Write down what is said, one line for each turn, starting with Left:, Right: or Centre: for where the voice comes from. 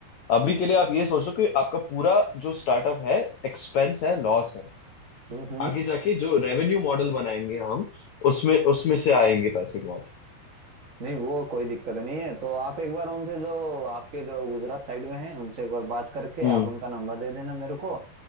Left: अभी के लिए आप ये सोचो कि आपका पूरा जो स्टार्टअप है एक्सपेंस है लॉस है
Right: हम्म हम्म
Left: आगे जाके जो रेवेन्यू मॉडल बनाएंगे हम उसमें उसमें से आएंगे पैसे बहुत
Right: नहीं वो कोई दिक्कत नहीं है तो आप एक बार उनसे जो आपके जो गुजरात साइड में हैं उनसे एक बार बात करके
Left: हम्म
Right: आप उनका नंबर दे देना मेरे को